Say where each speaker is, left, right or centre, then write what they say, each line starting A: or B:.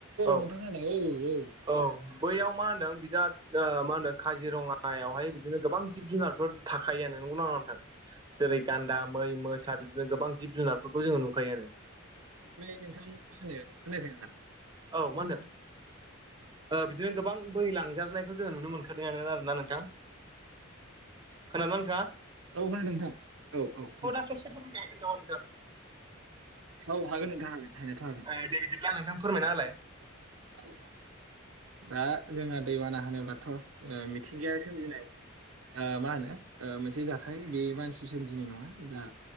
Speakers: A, on the right; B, on the right.
A: औ
B: नोंथां खोनादों औ
A: औ बैयाव मा होनदों बिराद ओ मा होनदों काजिरंङायावहाय बिदिनो गोबां जिब जुनारफोर थाखायो आनो नोंगौना नंङा नोंथां जेरै गान्दा मै मोसा बिदिनो गोबां जिब जुनारफोरखौ जोंङो नुखायो आनो।
B: ओमफ्राय नोंथां मा होनो खोनायाखै नोंथां?
A: औ मा होनदों ओ बिदिनो गोबां बैहै लांजारनायखौ जोंङो नुनो मोनखादों आरोना नोंथां खोनादोंना नोंथांङा?
B: औ खोनादों नोंथां औ औ खोना
A: <unintelligible>
B: औ हागोन नोंथां हागोन हानायाथ' हागोन।
A: ओ दे बिदिब्ल नोंथां फोरमायनाहोलाय।
B: औ औ दा जोंहा दैबाना होनोबाथ' ओ मिथिंगाया सोमजिनाय ओ मा होनो ओ मोनसे जाथाय बे मानसि सोमजिनाय नङा जा।